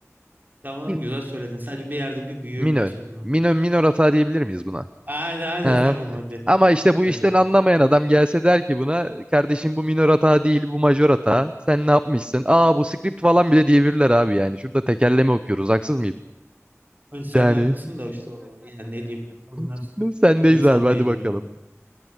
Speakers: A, on the right (about 35°); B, on the right (about 20°).
A: Tamam
B: Min-
A: güzel söyledin. Sadece bir yerde bir büyüğü
B: Minör.
A: kaçırdın ama.
B: Minör, minör hata diyebilir miyiz buna?
A: Hadi hadi
B: He.
A: tamam hadi.
B: Ama işte bu
A: Hadi.
B: işten anlamayan adam gelse der ki buna kardeşim bu minör hata değil bu majör hata. Sen ne yapmışsın? Aa bu script falan bile diyebilirler abi yani. Şurada tekerleme okuyoruz haksız mıyım?
A: Önce sen
B: Yani
A: haklısın da işte Yani ne diyeyim. Onlar
B: <laughs> sendeyiz
A: insan
B: abi hadi
A: değiller
B: bakalım.
A: abi.